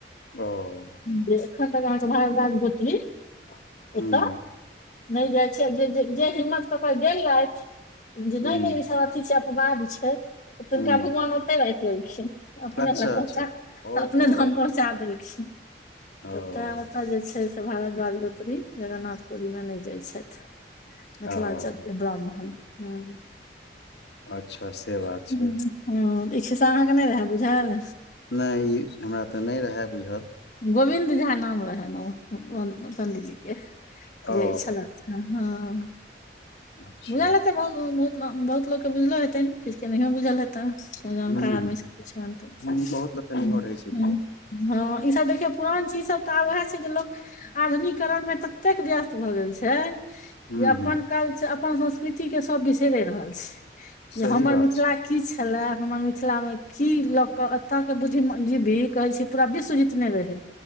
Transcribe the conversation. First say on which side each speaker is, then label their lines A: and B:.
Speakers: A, on the left (about 70°); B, on the left (about 45°).
A: ओ-
B: जे एखन तक आहाँके भरद्वाज गोत्री
A: हुँ
B: ओतऽ। नै जाय छै जे, जे, जे हिम्मत कऽ के गेलैथ
A: हुँ
B: नै, नै। अथी छै अपवाद छै तिनका
A: हुँ
B: भगवान ओतेै राइख लेलखिन। अपने
A: अच्छा
B: लए
A: अच्छा
B: पहुँचा
A: ओहो
B: अपने धाम पहुँचा देलखिन।
A: ओ
B: तऽ तैँ ओतऽ जे छै से भारद्वाज गोती जगन्नाथपुरीमे नै जाय छैथ। मिथलांचल
A: ओ
B: के ब्राह्मण हूँ।
A: अच्छा से बात छै
B: हूँ हँ इ खिस्सा आहाँके नै रहए बुझल?
A: नैय ई हमरा तऽ नै रहेए बुझल।
B: गोविन्द झा नाम रहैन ओ-ओ पंण्डीजी के
A: ओ
B: जे छलैथ हेँ हँ।
A: अच्छा
B: बुझल हेतैन बहु -बहुत -बहुत लोक के बुझलो हेतैन किछ के नहियो बुझल हेतैन। जानकार
A: हुँ हुँ
B: आदमी सब किछुनतै
A: हुँ बहुत लोकके नहियो
B: हूँ,
A: रहै छै बुझल
B: हूँ। हँ ई सब देखियौ पुरान चीज सब तऽ आब उएह छै जे लोक- आधुनीकरणमे ततेक व्यस्त भऽ गेल छै।
A: हुँ
B: जे अपन
A: हुँ
B: कल्च अपन संस्कृति के सब बिसैरे रहल छै
A: सही
B: जे हमर
A: बात
B: मिथिला
A: छै
B: - की छेल्ला हमर मिथिला मे की लऽ के एता के बुझी दीदी कहेै छी। पूरा विश्व जितनै रहै